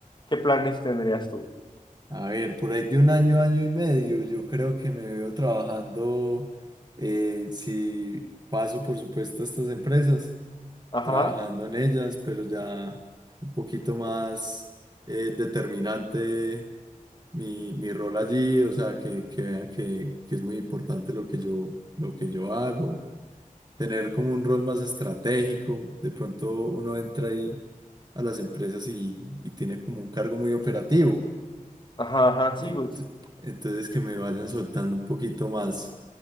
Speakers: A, on the left; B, on the right.
A: ¿qué planes tendrías tú?
B: A ver, por ahí de un año, año y medio, yo creo que me veo trabajando, eh, si paso por supuesto a estas empresas,
A: Ajá,
B: trabajando en ellas, pero ya un poquito más eh, determinante mi, mi rol allí, o sea, que, que vean que, que es muy importante lo que yo, lo que yo hago tener como un rol más estratégico. De pronto uno entra ahí a las empresas y, y tiene como un cargo muy operativo.
A: ajá, ajá, sí,
B: Ent-
A: pues
B: entonces que me vayan soltando un poquito más.